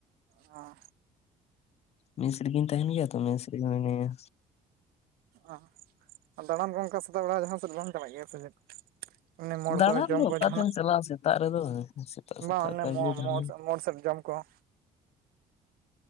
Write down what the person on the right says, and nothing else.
ᱚ
ᱚ ᱟᱨ ᱫᱟᱬᱟᱱ ᱠᱚ ᱚᱱᱠᱟ ᱥᱮᱛᱟᱜ ᱵᱮᱲᱟ ᱡᱟᱦᱟᱸ ᱥᱮᱫ ᱵᱟᱢ ᱪᱟᱞᱟᱜ ᱜᱮᱭᱟ ᱥᱮ ᱪᱮᱫ? ᱮᱢᱱᱤ ᱢᱳᱲ
ᱠᱚ ᱡᱚᱢ
ᱠᱚ
ᱡᱟᱦᱟ ᱱᱟᱜ
ᱵᱟᱝ ᱚᱱᱮ
ᱢᱳᱲ
ᱢᱳᱲ ᱥᱮᱫ ᱢᱳᱲ ᱥᱮᱫ ᱡᱚᱢ ᱠᱚᱸ